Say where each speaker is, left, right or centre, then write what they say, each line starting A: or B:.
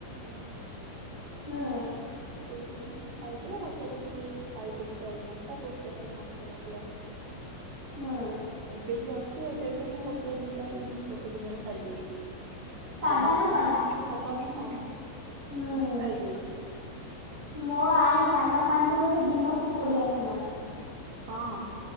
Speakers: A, on the right (about 70°); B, on the right (about 20°).
A: ମା ଖଆନ୍ତି ମତେ
B: ହୁଁ
A: ଗୋଟେ ଗୋଟେ ଦେଇଦିଅନ୍ତି। ଖାଇଦିଅ ମଧରେ ବି ବହୁତ ଖାଇଥିଲି ଚାରି ପାଞ୍ଚଟା ବହୁତ ପ୍ରକାର ମସଲା ବି ଆସିଥିଲା।
B: ହୁଁ
A: ଏବେ ବି ଅଛି ଏବେ ବି ମୁଁ ଗୋଟେ ଦିଟା ଦିନ ଗୋଟେ ଦିନରେ ଖାଇଦେଇଛି।
B: ସାଧା
A: ଜାଣିଛି
B: ନା କଢା?
A: ପାନ ଟା ଭଲ ନୁହଁ କିନ୍ତୁ
B: ହୁଁ।
A: ଖାଇଦଉଛି।
B: ମୋ ଆଈ ପାନ ଖାଆନ୍ତି ବୋଧେ ଦିନକୁ କୋଡିଏ ଖଣ୍ଡ।
A: ହଁ।